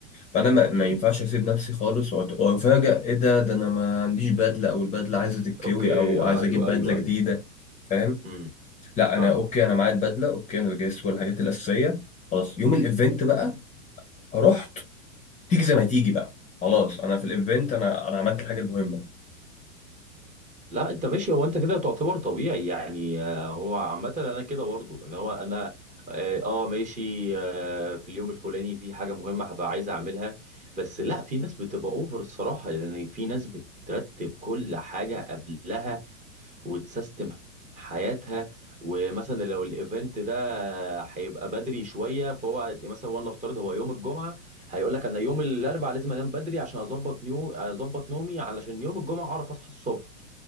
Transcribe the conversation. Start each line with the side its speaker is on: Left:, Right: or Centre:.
Left: فانا ما, ما
Right: امم
Left: ينفعش اسيب نفسي خالص وأت- وافاجئ ايه ده ده انا ما عنديش بدله او البدله عايزه تتكوي
Right: اوكي
Left: او
Right: آه،
Left: عايز
Right: ايوه
Left: اجيب بدله
Right: ايوه
Left: جديده
Right: ايوه
Left: فاهم
Right: امم
Left: لا
Right: فاهمك
Left: انا اوكي انا معايا البدله اوكي انا جهزت كل الحاجات الاساسيه خلاص يوم الايفنت بقى رحت تيجي زي ما تيجي بقى خلاص انا في الايفنت انا انا عملت الحاجه المهمه
Right: لا انت ماشي هو انت كده تعتبر طبيعي يعني آه، هو عامة انا كده برضه ان هو انا اه آه، ماشي آه، في اليوم الفلاني في حاجة مهمة هبقى عايز اعملها بس لا في ناس بتبقى اوفر الصراحة يعني في ناس بترتب كل حاجة قبلها وتسيستم حياتها ومثلا لو الايفنت ده هيبقى بدري شوية فهو مثلا وانا افترض هو يوم الجمعة هيقول لك انا يوم الاربعاء لازم انام بدري عشان اظبط نيو اظبط نومي علشان يوم الجمعة اعرف اصحى الصبح